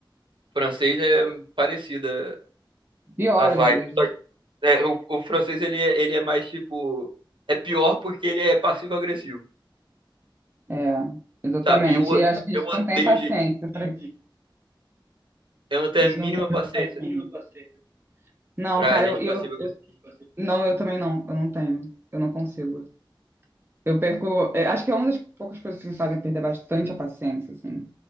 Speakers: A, on the right (about 70°); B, on the right (about 25°).
A: O francês é parecida
B: Pior
A: a vibe.
B: às vezes.
A: Só que, é, o, o francês ele é, ele é mais tipo é pior porque ele é passivo-agressivo,
B: É, exatamente.
A: sabe? E eu
B: E acho que a
A: eu
B: gente
A: odeio
B: não tem paciência
A: gente.
B: para isso.
A: Eu não tenho
B: A gente
A: a mínima
B: não
A: paciência
B: tem paciência. Não,
A: pra
B: cara,
A: gente
B: eu, eu,
A: passiva
B: eu- não, eu também não. Eu não tenho. Eu não consigo. Eu perco. é, acho que é uma das poucas coisas que me fazem perder bastante a paciência, assim.